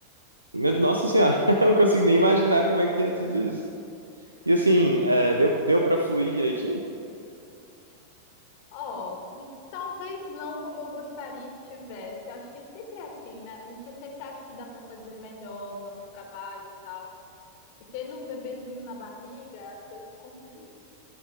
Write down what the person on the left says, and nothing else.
Ó, n- talvez não como eu gostaria que tivesse. Eu acho que sempre é assim, né? A gente sempre acha que dá para fazer melhor o nosso trabalho e tal. E tendo um bebezinho na barriga, as coisas complicam.